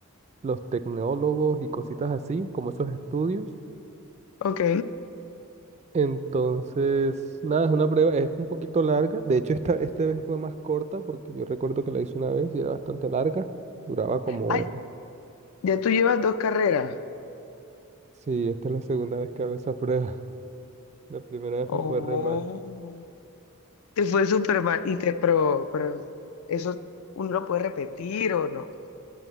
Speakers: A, on the right; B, on the left.
A: los tecnólogos y cositas así, como esos estudios.
B: Ok.
A: Entonces, nada, es una prueba, es un poquito larga. De hecho, esta, esta vez fue más corta porque yo recuerdo que la hice una vez y era bastante larga. Duraba como...
B: Ay, ya tú llevas dos carreras.
A: Sí, esta es la segunda vez que hago esa prueba. <laughs> La primera vez
B: Oh,
A: me fue re mal.
B: te fue súper mal. Y te, pero, pero eso uno lo puede repetir o no.